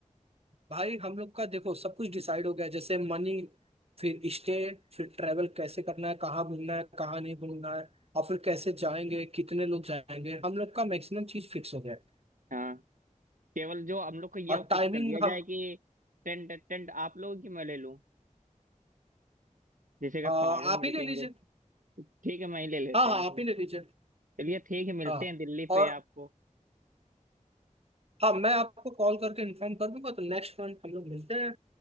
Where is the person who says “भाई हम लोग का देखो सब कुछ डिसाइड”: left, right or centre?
Right